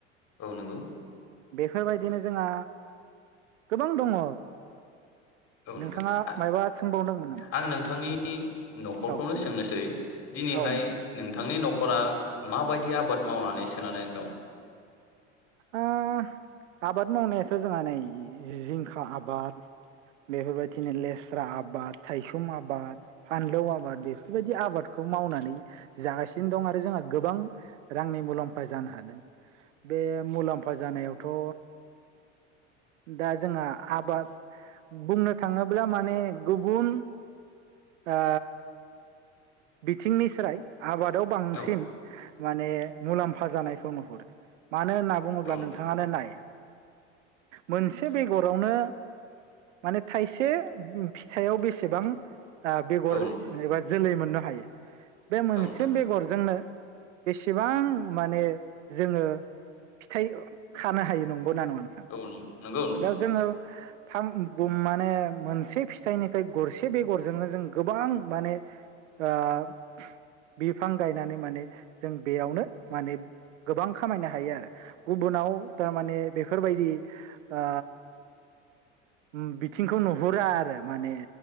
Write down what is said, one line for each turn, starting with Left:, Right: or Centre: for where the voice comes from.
Left: औ नोंगौ
Right: बेफोरबायदिनो जोंहा गोबां दङ
Left: औ
Right: नोंथाङा
Left: नोंगौ आ
Right: मायबा सोंबावदोंमोन नामा
Left: आं नोंथांनि न'खरखौनो
Right: औ नोंथां
Left: सोंनोसै दिनैहाय
Right: औ नोंथां
Left: नोंथांनि न'खरा माबाय दि आबाद मावनानै सोनारनानै दं?
Right: ओ आबाद मावनायाथ' जोंहा नै जिंखा आबाद बेफोरबायदिनो लेस्रा आबाद थायसुम आबाद फानलौ आबाद बेफोरबायदि आबादखौ मावनानै जागासिनो दं आरो जोंहा गोबां रांनि मुलाम्फा जानो हादों बे मुलाम्फा जानायावथ' दा जोंहा आबाद बुंनो थाङोब्ला माने गुबुन ओ बिथिंनि स्राय आबादाव बांसिन
Left: औ
Right: माने मुलाम्फा जानायखौ नुहुरो मानो होनना बुङोब्ला
Left: औ नोंथां
Right: नोंथाङानो नाय मोनसे बेगरावनो माने थाइसे फिथायाव बेसेबां ओ बेगर
Left: औ
Right: एबा जोलै मोननो हायो बे मोनसे
Left: औ नोंथां
Right: बेगरजोंनो बेसेबां माने जोङो फिथाइ खानो हायो नंगौ ना नङा नोंथां?
Left: <unintelligible>
Right: दा जोङो थाम माने मोनसे फिथाइनिफ्राय गरसे बेगरजोंनो जों गोबां माने ओ फि-बिफां गायनानै माने जों बेयावनो माने गोबां खामायनो हायो आरो गुबुनाव थारमाने बेफोरबायदि ओ उम बिथिंखौ नुहुरा आरो माने